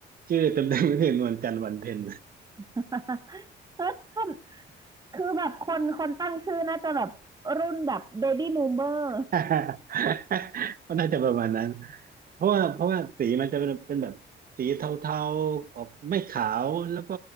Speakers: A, on the right (about 45°); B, on the right (about 20°).
A: ชื่อเต็มเต็มก็คือนวลจันทร์วันเพ็ญ
B: <laughs> เคนคือแบบคนคนตั้งชื่อน่าจะแบบรุ่นแบบเบบี้ o ูเ e อร์
A: <laughs> ก็น่าจะประมาณนั้นเพราะว่าเพราะว่าสีมันจะเป็นเป็นแบบสีเทาๆออกไม่ขาวแล้วก็